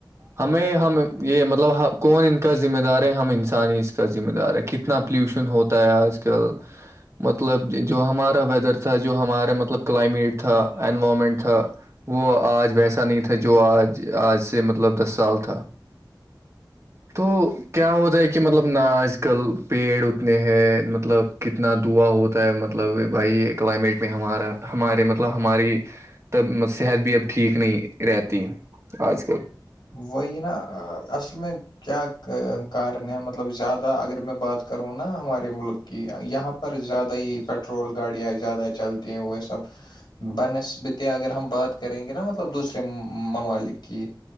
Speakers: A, on the right; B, on the left.
A: ہمیں ہم یہ مطب مطلب کون ان کا ذمہ دار ہے ہم انسانی اس کا ذمہ دار ہے کتنا پلیوشن ہوتا ہے آج کل مطلب جو ہمارا ویدر تھا جو ہمارا مطلب کلائمیٹ تھا انوائمنٹ تھا وہ آج ویسا نہیں تھا جو آج آج سے مطلب دس سال تھا تو کیا ہوتا ہے کہ مطلب آج کل پیڑ اتنے ہیں مطلب کتنا دعا ہوتا ہے مطلب بھائی کلائمیٹ میں ہمارا ہمارے مطلب ہماری تب صحت بھی اب ٹھیک نہیں رہتی آج کل
B: وہ یہ نا اصل میں کیا کارن ہے مطلب زیادہ اگر میں بات کروں نا ہمارے ملک کہ یہاں پر زیادہ ہی پٹرول گاڑیاں زیادہ چلتی ہیں وہ سب بہ نسبت اگر ہم بات کریں گے نا مطلب دوسرے ممالک کی